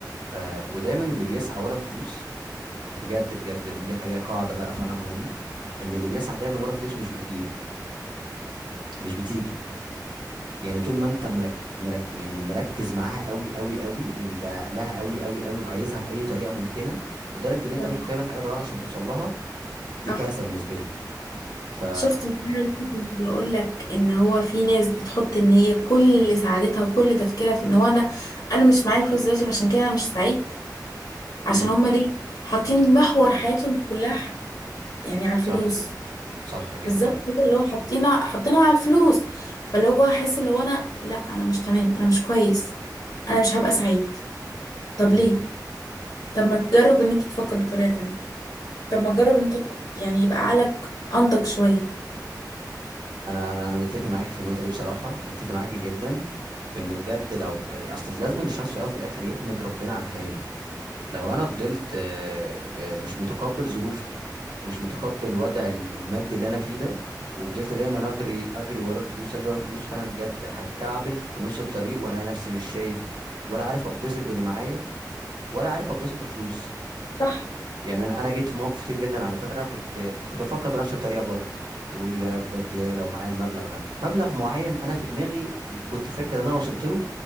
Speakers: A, on the right (about 85°); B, on the left (about 55°).
A: آه ودايما اللي بيسعى ورا الفلوس بجد بجد إن دي حاجه قاعده بقى فعلا مهمه ان اللي بيسعى دايما ورا الفلوس مش بتجيله مش بتيجي يعني طول ما انت مرك... مرك... يعني مركز معاها قوي قوي قوي ومدق لها قوي قوي قوي وعايزها باي طريقه ممكنه لدرجه ان انت
B: تمام
A: ممكن تعمل حاجات غلط عشان توصل لها دي
B: صح
A: كارثه بالنسبه لي ف
B: شفت مثلا لسه كنت بقول لك ان هو في ناس بتحط ان هي كل سعادتها وكل تفكيرها في ان هو انا انا مش معايا فلوس دلوقتي فعشان كده انا مش سعيد عشان
A: امم
B: هما ليه حاطين محور حياتهم كلها ح- يعني على الفلوس
A: صح صح جدا
B: بالظبط كده اللي هو حاطينها حاطينها على الفلوس فاللي هو حاسس اللي هو انا لا انا مش تمام انا مش كويس انا مش هبقى سعيد طب
A: امم
B: ليه طب ما تجرب ان انت تفكر بطريقة تانية طب ما تجرب ان انت ت- يعني يبقى عقلك انضج شوية
A: انا انا انا متفق معاك في النقطه دي بصراحه متفق معاك جدا في ان بجد لو اصل لازم الشخص في الاول وفي الاخر يحمد ربنا على حياله لو انا فضلت آه، آه، مش متقبل ظروفي ومش متقبل وضع ال- المادي اللي انا فيه ده وفضلت دايما اجري اجري ورا الفلوس اجري ورا الفلوس فانا بجد هتكعبل في نص الطريق ولا نفسي مش شايف ولا عارف اتبسط باللي معايا ولا عارف اتبسط بالفلوس
B: صح
A: يعني انا انا جيت في مواقف كتير جدا على فكره كنت كنت بفكر بنفس الطريقه برضه تقول يا بجد يا لو معايا المبلغ ده مبلغ معين انا في دماغي كنت فاكر ان انا وصلت له